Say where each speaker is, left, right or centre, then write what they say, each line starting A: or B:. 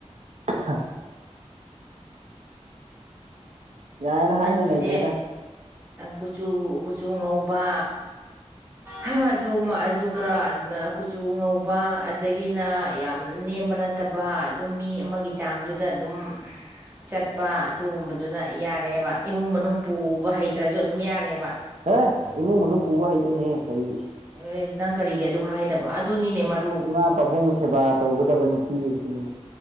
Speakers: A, on the right; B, on the right.
A: ꯑꯍ ꯌꯥꯔꯦꯗ
B: ꯅꯪꯒꯤꯁꯦ
A: ꯍꯥꯏꯅ ꯂꯩꯇ꯭ꯔꯦꯗ
B: ꯀꯨꯆꯨ ꯀꯨꯆꯨ ꯉꯧꯕ
A: <inaudible>
B: ꯍꯥ ꯑꯗꯨ ꯑꯗꯨꯒ ꯀꯨꯆꯨ ꯉꯧꯕ ꯑꯗꯒꯤꯅ ꯌꯥꯝ ꯅꯦꯝꯕꯅ ꯇꯕ ꯑꯗꯨꯝ ꯃꯤ ꯑꯃꯒꯤ ꯆꯥꯡꯗꯨꯗ ꯑꯗꯨꯝ ꯆꯠꯄ ꯑꯗꯨꯒꯨꯝꯕꯗꯨꯅ ꯌꯥꯔꯦꯕ ꯏꯃꯨꯡ ꯃꯅꯨꯡ ꯄꯨꯕ ꯍꯩꯇ꯭ꯔꯁꯨ ꯑꯗꯨꯝ ꯌꯥꯔꯦꯕ
A: ꯑꯦꯦ ꯏꯃꯨꯡ ꯃꯅꯨꯡ ꯄꯨꯕ ꯍꯩꯇꯣꯏꯅꯦ ꯀꯔꯤ
B: ꯑꯦ ꯅꯪ ꯀꯔꯤꯒꯤ ꯑꯗꯨ ꯍꯥꯏꯗꯕ ꯑꯗꯨꯅꯤꯅꯦ ꯃꯔꯨ
A: ꯃꯥꯥ ꯄꯥꯕꯨꯡ ꯁꯦꯕꯥ ꯇꯧꯒꯗꯕ ꯅꯨꯄꯤ ꯑꯁꯤꯅꯦ